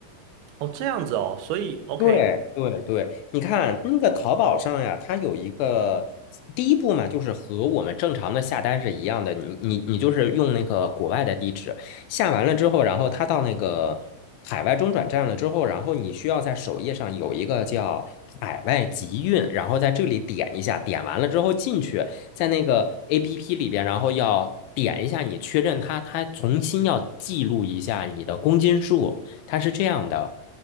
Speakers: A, on the right (about 85°); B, on the left (about 80°).
A: 哦，这样子哦，所以 OK，
B: 对对对，你看那个淘宝上呀，它有一个第一步嘛，就是和我们正常的下单是一样的，你你你就是用那个国外的地址下完了之后，然后它到那个海外中转站了之后，然后你需要在首页上有一个叫海外集运，然后在这里点一下，点完了之后进去，在那个 APP 里边，然后要点一下你确认它，它重新要记录一下你的公斤数，它是这样的。